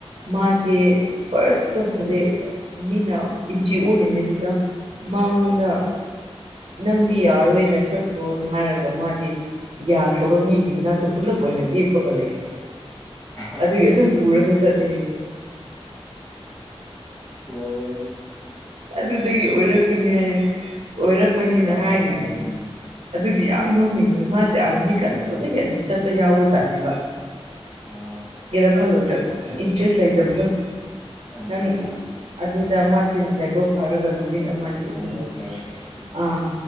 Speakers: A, on the right; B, on the left.
A: ꯃꯥꯁꯦ ꯐꯥꯔꯁ ꯇꯁꯠꯂꯛꯦ ꯃꯤꯅ ꯏꯟꯆꯤ ꯑꯣꯜꯂꯤꯉꯩꯗꯨꯗ ꯃꯉꯣꯟꯗ
B: ꯎꯝ
A: ꯅꯪꯗꯤ ꯌꯥꯔꯣꯏꯅ ꯆꯠꯈ꯭ꯔꯣꯅ ꯍꯥꯏꯔꯒ ꯃꯥꯗꯤ ꯌꯥꯈ꯭ꯔꯕ ꯃꯤꯒꯤ ꯃꯅꯥꯛꯇ ꯄꯨꯜꯂꯞ ꯑꯣꯏꯅ ꯂꯦꯛꯞꯄꯒ ꯂꯩꯈ꯭ꯔꯕ
B: ꯑꯁ
A: ꯑꯗꯨꯒꯤ ꯑꯗꯨꯝ ꯄꯨꯔꯒ ꯆꯠꯂꯤ
B: ꯅꯣꯏꯗꯤ
A: ꯑꯗꯨꯗꯒꯤ ꯑꯣꯏꯔꯛꯄꯅꯤ ꯍꯥꯏꯌꯦꯦ ꯑꯣꯏꯔꯛꯄꯅꯦꯅ
B: ꯗꯥꯎ
A: ꯍꯥꯏꯔꯤꯅꯦ
B: ꯌꯥꯕ ꯃꯤꯅꯤꯅꯦ
A: ꯑꯗꯨꯒꯤ
B: ꯎꯝ
A: ꯌꯥꯝ ꯅꯣꯡꯅꯤꯡ ꯃꯥꯁꯦ ꯑꯥꯔꯃꯤ ꯈꯟ ꯈꯨꯗꯤꯡꯒꯤ ꯑꯗꯨꯝ ꯆꯠꯄ ꯌꯥꯎꯕ ꯖꯥꯠꯅꯦꯕ
B: ꯑꯣ
A: ꯋꯥꯜꯣꯏꯗ ꯑꯗꯨꯝ ꯏꯟꯇꯔꯦꯁ ꯂꯩꯖꯕꯗꯣ
B: ꯑꯠꯆꯥ
A: ꯅꯪ
B: ꯑꯠꯆꯥ
A: ꯑꯗꯨ ꯗ ꯃꯥꯁꯤ ꯂꯥꯏꯕꯛ ꯐꯥꯔꯒ ꯅꯨꯃꯤꯠ ꯑꯃꯗꯤ ꯑꯗꯨꯝ
B: ꯑꯗꯣ ꯐꯔꯦ ꯎꯝ
A: ꯑ